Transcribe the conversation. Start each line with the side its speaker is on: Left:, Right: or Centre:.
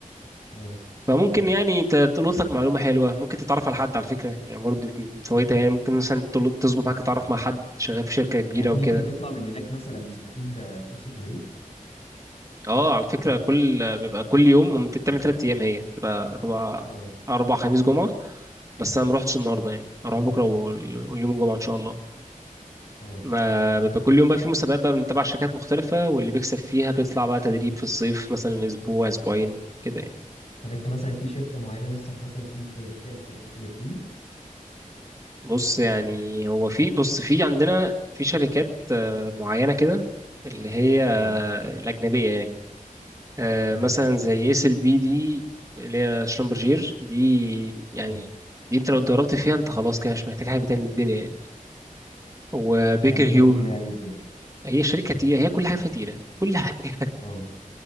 Left: اه
Right: فممكن يعني ت- تلقط لك معلومة حلوة ممكن تتعرف على حد على فكرة يعني برضه من فوائدها يعني ممكن مثلا تل- تظبط معاك تتعرف مع حد شغال في شركة كبيرة
Left: يعني انت
Right: وكده
Left: ممكن تطلع من هناك مثلا مستفيد آه، فرصة تدريب
Right: اه على فكرة كل بيبقى كل يوم ممكن بتعمل تلات أيام هي تبقى تبقى
Left: اه
Right: أربع خميس جمعة بس أنا مروحتش النهاردة يعني هروح بكرة وال- واليوم الجمعة إن شاء الله
Left: اه
Right: ما بيبقى كل يوم بقى في مسابقات بقى من تبع شركات مختلفة واللي بيكسب فيها بيطلع بقى تدريب في الصيف مثلا أسبوع أسبوعين كده يعني
Left: طب انت مثلا في شركة معينة نفسك مثلا تنزل تدريب فيها من الشركات اللي بتيجي
Right: بص يعني هو في بص في عندنا في شركات آه، معينة كده اللي هي آه،
Left: اه
Right: الأجنبية يعني، آه،
Left: تمام
Right: مثلا زي اس ال بي دي اللي هي شلومبرجير دي يعني
Left: اه
Right: دي انت لو اتدربت فيها انت خلاص كده مش محتاج حاجه تاني من الدنيا يعني وبيكر
Left: شهادتها
Right: هيو
Left: تقيلة يعني وكده
Right: هي شركه تقيله هي كل حاجه فيها تقيله كل حاجه <laughs>
Left: اه